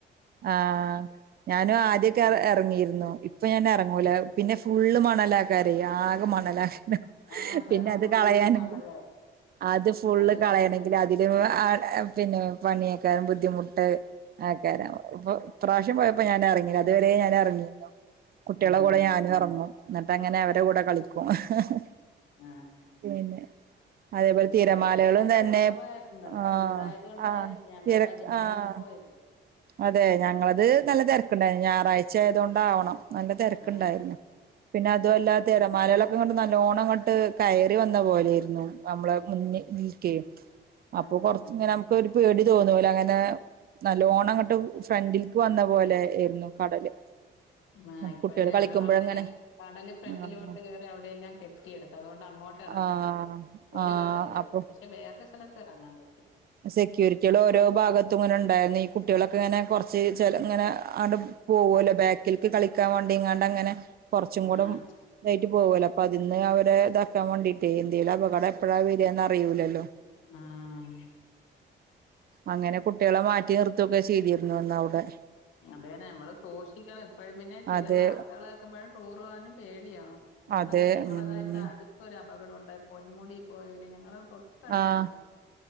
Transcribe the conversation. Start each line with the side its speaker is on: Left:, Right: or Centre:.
Right: ആഹ ഞാനും ആദ്യൊക്കെ ഇറങ്ങിയിരുന്നു ഇപ്പൊ ഞാൻ ഇറങ്ങൂല
Left: ഉം
Right: പിന്നെ ഫുള്ള് മണലാക്കാറ് ആകെ മണലാ ഹ് ഹ
Left: ആഹ് പെറം
Right: പിന്നെത്
Left: ഫുള്ള്
Right: കളയാന്
Left: മണല്
Right: അത് ഫുള്ള്
Left: അല്ലെങ്കിൽ
Right: കളയണെങ്കി അത് വ് ആ പിന്നെ പണിയക്കാനും ബുദ്ധിമുട്ട് ആക്കാ ഇപ്രാവശ്യ പോയപ്പോ ഞാനെറങ്ങീല അതുവരെ ഞാനെറങ്ങിരുന്നു കുട്ടികളെ
Left: ആഹ്
Right: കൂടെ ഞാനും എറങ്ങും എന്നിട്ട് അങ്ങനെ അവരെ കൂടെ കളിക്കും ഹ് ഹ
Left: ആഹ്
Right: പിന്നെ അതേപോലെ
Left: ഇപ്പഴ്
Right: തിരമാലകളും
Left: തിരക്ക്
Right: തന്നെ
Left: കുറവായിരുന്നു
Right: ആ
Left: ചൂടായത് കൊണ്ടായിരിക്കും
Right: ആ
Left: ഞങ്ങള്
Right: തിര
Left: വൈകുന്നേരമാണ്
Right: ആഹ്
Left: പോയത്
Right: അതെ ഞങ്ങളത് നല്ല തെരക്കുണ്ടായിരുന്നു ഞായറാഴ്ച ആയത് കൊണ്ടാവണം നല്ല തെരക്കുണ്ടായിരുന്നു
Left: ആഹ്
Right: പിന്നെ അതു
Left: ആഹ്
Right: അല്ലാ തിരമാലകളൊക്കെ ഇങ്ങ്ട്ട് നല്ലോണം അങ്ങോട്ട് കയറി വന്ന പോലെയാരുന്നു നമ്മളെ മുന്നി
Left: ആഹ്
Right: ഇൽക്കേ അപ്പൊ
Left: ആഹ്
Right: കൊറച്ച് ഇങ്ങന ഒരു പേടി തോന്ന പോലെ അങ്ങനെ നല്ലോണം അങ്ങട്ട്
Left: ആഹ്
Right: ഫ്രണ്ടിലേക്ക് വന്ന പോലേയിരുന്നു കടല്
Left: ആ ഇപ്പഴേ
Right: കുട്ടികൾ
Left: ഞങ്ങളവിടെയും
Right: കളിക്കുമ്പോഴങ്ങനെ
Left: കടല് ഫ്രണ്ടിലോട്ട്
Right: ആ
Left: കേറി അവിടെയെല്ലാം കെട്ടി കെട്ടിയെടുത്തതുകൊണ്ട് അങ്ങോട്ടെറങ്ങത്തില്ല
Right: ആഹ്
Left: ഒരു
Right: ആഹ്
Left: കടലില്
Right: അപ്പൊ
Left: പക്ഷെ വേറൊരു സ്ഥലത്തെറങ്ങാൻ പറ്റും
Right: സെക്യൂരിറ്റിയളോരോ ഭാഗത്തും ഇങ്ങന്ണ്ടായിരുന്നു ഈ കുട്ടികളൊക്കെ ഇങ്ങനെ കൊറച്ച് ചെല ഇങ്ങനെ ആട പോവോല്ലോ ബാക്കിൽക്ക് കളിക്കാൻ വേണ്ടിങ്ങാണ്ടങ്ങനെ കൊറച്ചും
Left: ആഹ്
Right: കൂടെ <unintelligible> പോകു അല്ലോ അപ്പതിന്ന് അവരെ ഇതാക്കാൻ വേണ്ടിട്ടേ എന്തേലപകടം എപ്പഴാ വര്വാ ന്നറിയൂലല്ലോ
Left: ആഹ്
Right: അങ്ങനെ കുട്ട്യാളെ മാറ്റി നിർത്തൊക്കെ ചെയ്തിരുന്നു അന്നവ്ടെ
Left: അതന്നെ നമ്മള് സൂക്ഷിക്കണം ഇപ്പഴ് പിന്നെ ചില
Right: അതെ
Left: വാർത്തകള് കേക്കുമ്പഴും ടൂറ്പോവാനും പേടിയാവും ഇന്നലേ
Right: അതെ
Left: ഞങ്ങളതാ
Right: ഉം
Left: ഇവിടടുത്തൊരപകടുണ്ടായി പൊന്മുടിയി പോയര് ഞങ്ങള് തൊ ട്ടട്ത്താണ്
Right: ആഹ്